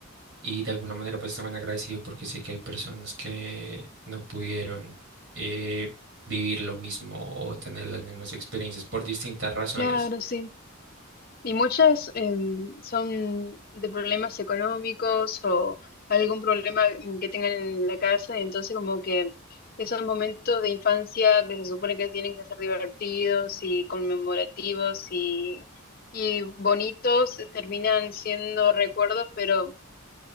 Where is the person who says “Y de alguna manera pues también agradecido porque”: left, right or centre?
Right